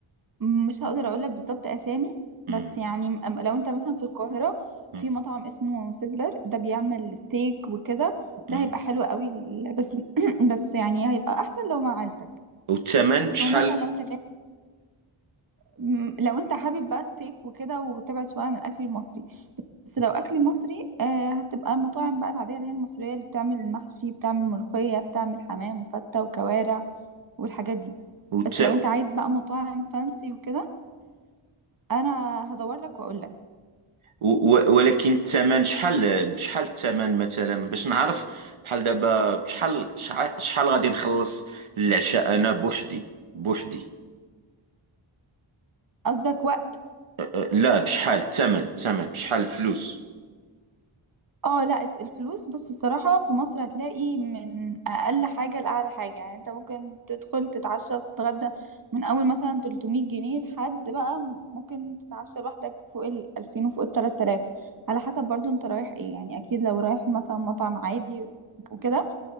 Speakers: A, on the right (about 40°); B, on the right (about 75°).
A: مش هقدر اقول لك بالظبط اسامي
B: مم.
A: بس يعني م- لو انت مثلا في القاهرة
B: مم.
A: في مطعم اسمه سيزلر ده بيعمل ستيك وكده ده
B: مم.
A: هيبقى حلو قوي ال- بس <clears throat> بس يعني هيبقى احسن لو مع عيلتك
B: والثمن بشحال
A: او مثلا لو انت جاي م- لو انت حابب بقى ستيك وكده وتبعد شويه عن الاكل المصري بس لو اكل مصري آه هتبقى المطاعم بقى العاديه اللي هي المصريه اللي بتعمل المحشي بتعمل ملوخيه بتعمل حمام وفته وكوارع والحاجات دي
B: والت...
A: بس لو انت عايز بقى مطاعم فانسي وكده انا هدور لك واقول لك
B: و- و- ولكن الثمن شحال بشحال الثمن مثلا باش نعرف بحال دابا بشحال شع- شحال غادي نخلص العشاء انا بوحدي بوحدي
A: قصدك وقت
B: أ- أ- لا بشحال الثمن الثمن بشحال الفلوس
A: اه لا الفلوس بص الصراحة في مصر هتلاقي من اقل حاجة لاعلى حاجة يعني انت ممكن تدخل تتعشى وتتغدى من اول مثلا 300 جنيه لحد بقى ممكن تتعشى لوحدك فوق ال 2000 وفوق ال 3000 على حسب برضو انت رايح ايه يعني اكيد لو رايح مثلا مطعم عادي وكده